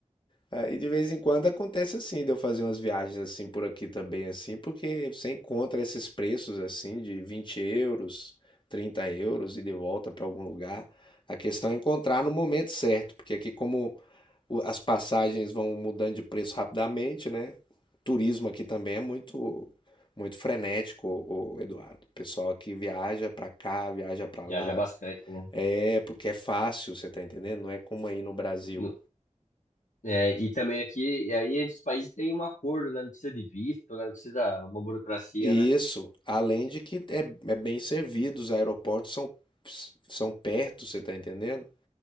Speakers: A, on the left; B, on the left.
A: Aí de vez em quando acontece assim, de eu fazer umas viagens assim por aqui também, assim, porque você encontra esses preços assim de 20 euros, trinta euros e de volta para algum lugar. A questão é encontrar no momento certo, porque aqui como o- as passagens vão mudando de preço rapidamente, né? Turismo aqui também é muito muito frenético, o Eduardo. O pessoal aqui viaja para cá, viaja para
B: Já
A: lá.
B: já bastante, né?
A: É, porque é fácil, você tá entendendo? Não é como aí no Brasil.
B: No- é, e também aqui, e aí entre os países tem um acordo, né? Não precisa de visto, né? Não precisa uma burocracia,
A: Isso,
B: né?
A: além de que é, é bem servido, os aeroportos são, são perto, você está entendendo?